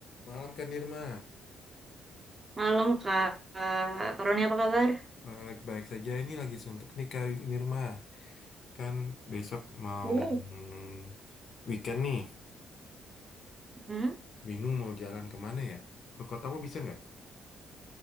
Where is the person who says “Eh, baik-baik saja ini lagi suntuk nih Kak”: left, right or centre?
Left